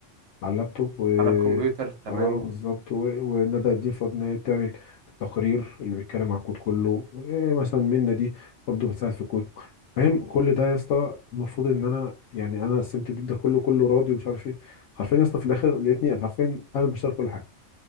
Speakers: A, on the left (about 70°); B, on the right (about 65°).
A: على اللابتوب و
B: على الكمبيوتر تمام
A: اه بالظبط و- وندى دي فاضل ان هي تعمل التقرير اللي بيتكلم على الكود كله ومثلا منى دي برضه بتساعد في الكود فاهم كل ده يا اسطى المفروض ان انا يعني انا قسمت ده كله كله راضي ومش عارف ايه حرفيا يا اسطى في الاخر لقيتني حرفيا انا اللي بشتغل كل حاجه